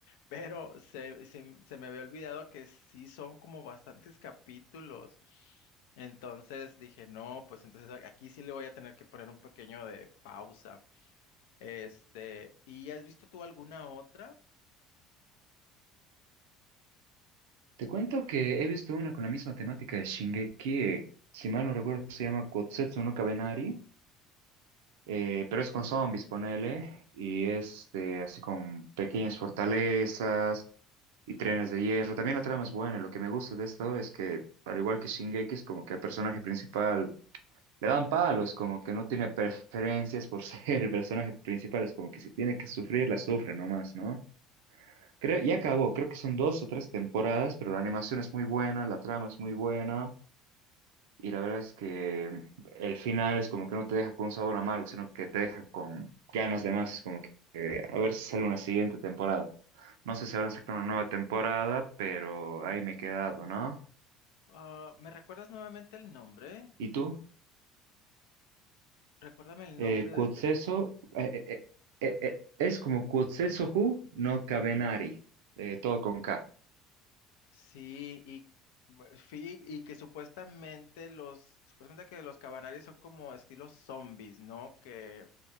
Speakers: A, on the left; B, on the right.
A: pero se, se, se me había olvidado que sí son como bastantes capítulos. Entonces dije, no, pues entonces a- aquí sí le voy a tener que poner un pequeño de pausa. Este, ¿y has visto tú alguna otra?
B: Te cuento que he visto una con la misma temática de Shingeki, eh, si mal no recuerdo se llama Kotsetsu no Kabenari, eh, pero es con zombies, ponele, y es de, así con pequeñas fortalezas, y Trenes de Hierro. También la trama es buena. Lo que me gusta de esto es que, al igual que Shingeki, es como que al personaje principal le dan palos, como que no tiene preferencias por <laughs> ser el personaje principal. Es como que si tiene que sufrir, la sufre nomás, ¿no? Creo, ya acabó, creo que son dos o tres temporadas, pero la animación es muy buena, la trama es muy buena. Y la verdad es que el final es como que no te deja con un sabor amargo, sino que te deja con ganas de más, como que eh, a ver si sale una siguiente temporada. No sé si habrán sacado una nueva temporada, pero ahí me he quedado, ¿no?
A: Ah, ¿me recuerdas nuevamente el nombre?
B: ¿Y tú?
A: Recuérdame el
B: Eh,
A: nombre
B: Quotzeso,
A: de, de esas.
B: eh, eh, eh, eh, eh, es como Quotzeso Who, no Cabenari, eh, todo con K.
A: Sí, y, bu- sí, y que supuestamente los, supuestamente que los cabanarios son como estilos zombies, ¿no? Que